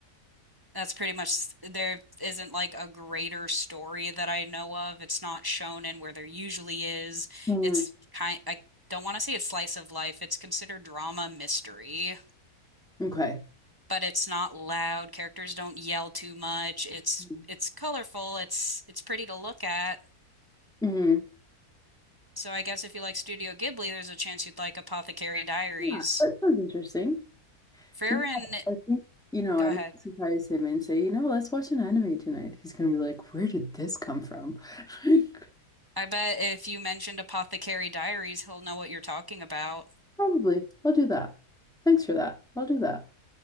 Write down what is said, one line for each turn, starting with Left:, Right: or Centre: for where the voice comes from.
Right: That's pretty much there isn't like a greater story that I know of. It's not shown in where there usually is.
Centre: Mm.
Right: It's kind I don't want to say it's slice of life. It's considered drama mystery,
Centre: Okay.
Right: but it's not loud. Characters don't yell too much. It's
Centre: Mm.
Right: it's colorful. It's it's pretty to look at.
Centre: Mhm.
Right: So I guess if you like Studio Ghibli, there's a chance you'd like Apothecary Diaries.
Centre: Yeah, that sounds interesting.
Right: Farron,
Centre: Do you know what? I think, you know,
Right: go
Centre: I
Right: ahead.
Centre: might surprise him and say, you know, let's watch an anime tonight. He's gonna be like, where did this come from? <laughs> Like,
Right: I bet if you mentioned Apothecary Diaries, he'll know what you're talking about.
Centre: probably. I'll do that. Thanks for that. I'll do that.